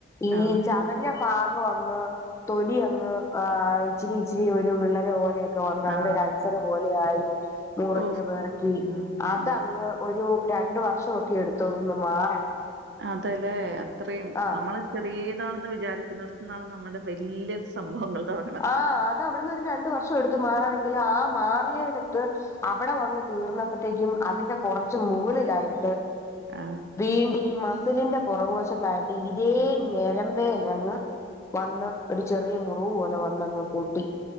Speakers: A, on the left; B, on the right.
A: ഈ
B: ആ.
A: ചതഞ്ഞ ഭാഗ അങ്ങ് തൊലി അങ്ങ് ആഹ് ഇച്ചിരി ഇച്ചിരി ഒരു വിള്ളൽ പോലെ ക്കെ വന്ന്
B: ആ.
A: അവിടെ അൾസർ പോലെ ആയി മുറിഞ്ഞു
B: ഓഹ്!
A: പെറക്കി
B: ആഹ്.
A: അതങ്ങ് ങ്ങ് ഒരു രണ്ട് വർഷൊക്കെ എടുത്തു അതൊന്ന് മാറാൻ
B: അതല്ലെ അത്രയും
A: ആഹ്
B: നമ്മള് ചെറീതാണെന്ന് വിചാരിക്കുന്നട്ത്ത് നിന്നാണ് നമ്മുടെ വല്യ സംഭവങ്ങൾ തുടങ്ങണത്
A: ആഹ് അത് അവിടുന്ന് ഒരു രണ്ട് വർഷം എടുത്തു മാറാണെങ്കിലും ആഹ് മാറിയടുത്ത് അവിടെ വന്ന് തീർന്നപ്പത്തേക്കും അതിന്റെ കൊറച്ച് മുകളിലായിട്ട്
B: ആ.
A: വീണ്ടും ഈ മസ് സ്ലിന്റെ പൊറകുവശത്തായിട്ട് ഇതേ ഞരമ്പേലെന്നെ വന്ന് ഒരു ചെറിയ മുറിവ് പോലെ വന്നങ്ങ് പൊട്ടി